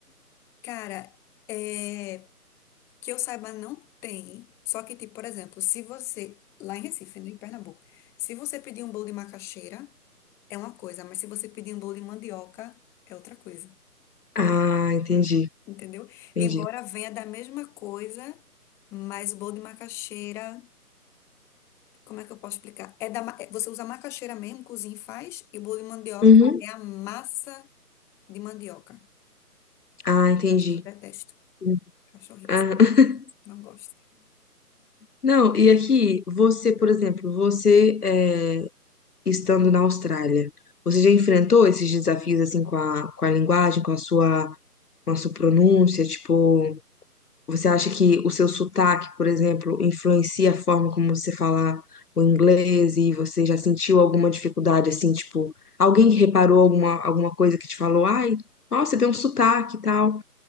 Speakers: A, in the centre; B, on the left (about 70°).
A: Cara, é, que eu saiba, não tem. Só que, tipo, por exemplo, se você, lá em Recife, né, em Pernambuco, se você pedir um bolo de macaxeira, é uma coisa, mas se você pedir um bolo de mandioca, é outra coisa,
B: Ah, entendi,
A: entendeu?
B: entendi.
A: Embora venha da mesma coisa, mas o bolo de macaxeira, como é que eu posso explicar? É da, ma- é- você usa a macaxeira mesmo, cozinha e faz, e o bolo de mandioca
B: Uhum.
A: é a massa de mandioca.
B: Ah, entendi.
A: Eu detesto.
B: Hum,
A: Eu acho horrível,
B: Ah,
A: assim,
B: <laughs>
A: não gosto.
B: não, e aqui, você, por exemplo, você eh, estando na Austrália? Você já enfrentou esses desafios assim com a, com a linguagem, com a sua, com a sua pronúncia? Tipo, você acha que o seu sotaque, por exemplo, influencia a forma como você fala o inglês e você já sentiu alguma dificuldade assim, tipo, alguém reparou alguma, alguma coisa que te falou, ai, nossa, você tem um sotaque e tal.